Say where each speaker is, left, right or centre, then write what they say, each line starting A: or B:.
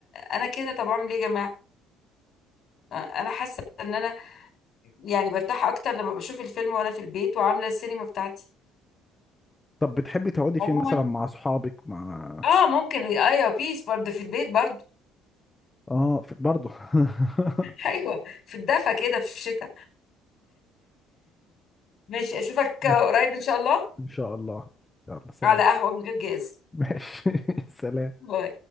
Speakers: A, on the left; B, on the left.
A: انا كده طب اعمل ايه يا جماعه آه، انا حاسه ان انا يعني برتاح اكتر لما بشوف الفيلم وانا في البيت وعامله السينما بتاعتي
B: طب بتحبي تقعدي فين
A: عموما
B: مثلا مع صحابك مع
A: اه ممكن ايوه بيس برضه في البيت برضه
B: اه في... برضه <laughs>
A: <laughs> ايوه في الدفا كده في الشتاء ماشي اشوفك
B: ماشي
A: آه، قريب ان شاء الله
B: ان شاء الله يلا سلام
A: على قهوه من غير جاز
B: ماشي <laughs> سلام
A: باي